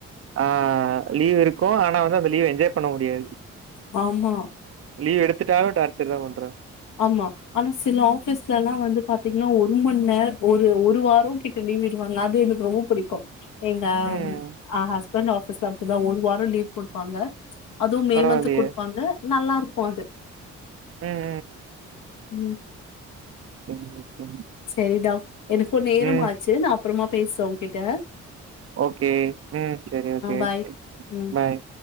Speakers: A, on the right; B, on the left.
A: ஆஹ் ஆஹ் லீவ் இருக்கும் ஆனா வந்து அந்த லீவ் என்ஜாய் பண்ண முடியாது
B: வாமா
A: லீவ் எடுத்துட்டாலும் டார்ச்சர் தா பண்றாங்க
B: ஆமா ஆனா சில ஆபீஸ் ஆபீஸ்ல வந்து பாத்தீங்கன்னா ஒரு மணி நேர ஒரு ஒரு வாரம் கிட்ட லீவ் இடுவாங்க அது எனக்கு ரொம்ப புடிக்கும் எங்க
A: ம்
B: அஹ் ஹஸ் இப்பந்த ஆபீஸ் <inaudible> தா ஒரு வாரோ லீவ் குடுப்பாங்க அதுவும் மே
A: பரவாயில்லையே!
B: மந்த் குடுப்பாங்க நல்லா இருக்கும் அது
A: ம்
B: ம்
A: ம் ம்
B: செரிதான் எனக்கும் நேரம்
A: ம்
B: ஆச்சு நான் அப்புறமா பேசுறோ உங்ககிட்ட
A: ஓகே ம் சரி ஓகே
B: பாய் ம்
A: பாய்